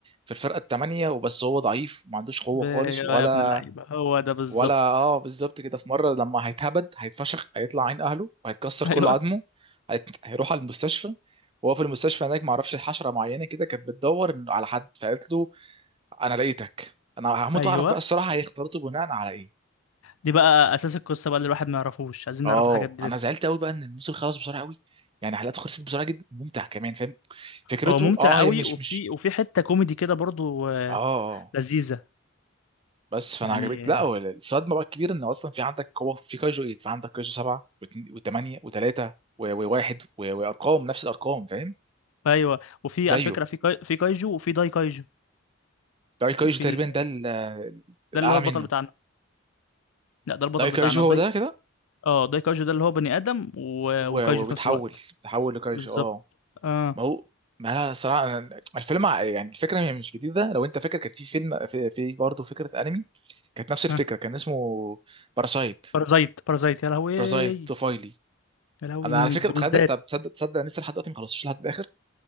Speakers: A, on the right; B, on the left.
A: في الفرقه الثمانيه وبس هو ضعيف ما عندوش قوه
B: ب- يا
A: خالص ولا
B: ابن اللعيبة هو ده بالظبط
A: ولا اه
B: <laughs>
A: بالظبط كده في مره لما هيتهبد هيتفشخ هيطلع عين اهله وهيتكسر
B: ايوه
A: كل عظمه هيت... هيروح على المستشفى وهو في المستشفى هناك ما اعرفش حشره معينه كده كانت بتدور إن- على حد فقالت له انا لقيتك انا هموت
B: ايوه
A: اعرف بقى الصراحه هيختلطوا بناء على ايه
B: دي بقى اساس القصة بقى اللي الواحد ما يعرفوش عايزين
A: اه
B: نعرف الحاجات دي
A: انا
B: لسه
A: زعلت قوي بقى ان الموسم خلص بسرعه قوي يعني حلقاته خلصت بسرعه جدا ممتع كمان فاهم فكرته
B: هو ممتع
A: اه
B: قوي
A: هي مش
B: وفي
A: مش
B: وفي حتة كوميدي كده برضو آه،
A: اه آه. آه.
B: لذيذة
A: بس فانا
B: يعني
A: عجبت لا
B: آه،
A: هو الصدمه بقى الكبيره ان اصلا في عندك هو في كايجو 8 في عندك كايجو 7 و8 و3 و1 وارقام نفس الارقام فاهم
B: ايوه وفي
A: زيه
B: على فكرة في كاي... في كايجو وفي داي كايجو
A: داي كايجو
B: وفي
A: تقريبا
B: ال...
A: ده ال- الاعلى
B: ده اللي هو البطل
A: منه
B: بتاعنا لا ده البطل
A: داي
B: بتاعنا
A: كايجو
B: داي
A: هو ده كده
B: اه داي كايجو ده اللي هو بني آدم و...
A: و-
B: وكايجو
A: وبيتحول
B: في نفس الوقت
A: بيتحول لكايجو
B: بالظبط
A: اه
B: اه
A: ما هو ما انا صراحه أنا- الفيلم ع- يعني الفكره هي مش جديده لو انت فاكر كان في فيلم في, في برضه فكره انمي كانت نفس الفكره
B: اه
A: كان اسمه باراسايت
B: بارازايت بارازايت يا لهوي يا
A: باراسايت طفيلي
B: لهوي
A: انا
B: من
A: على فكره
B: الجلدان
A: اتخيل طب تصدق تصدق أنا لسه لحد دلوقتي ما خلصتش لحد الاخر